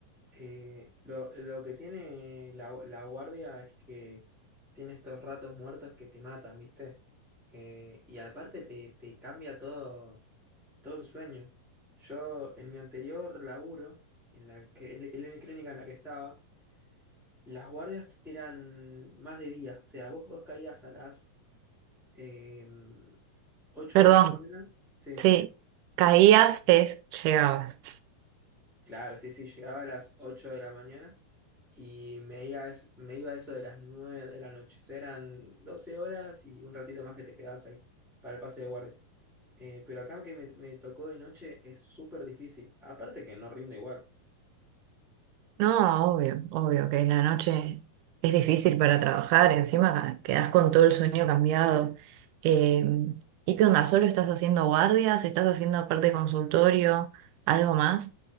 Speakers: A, in the centre; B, on the right.
A: Eh, lo, lo que tiene la, la guardia es que tiene estos ratos muertos que te matan, ¿viste? Eh, y aparte te, te cambia todo, todo el sueño. Yo en mi anterior laburo, en la, que, en la clí- clínica en la que estaba, las guardias eran más de día. O sea, vos, vos caías a las eh, 8
B: Perdón,
A: de la mañana. Sí,
B: sí, caías es llegabas.
A: claro, sí, sí, llegaba a las 8 de la mañana Y me iba, a es- me iba a eso de las 9 de la noche. O sea, eran 12 horas y un ratito más que te quedabas ahí para el pase de guardia. Eh, pero acá que me, me tocó de noche es súper difícil. Aparte que no rindo igual.
B: No, obvio, obvio que la noche es difícil para trabajar, encima quedás con todo el sueño cambiado. Eh, ¿y qué onda? ¿Solo estás haciendo guardias? ¿Estás haciendo aparte consultorio? ¿Algo más?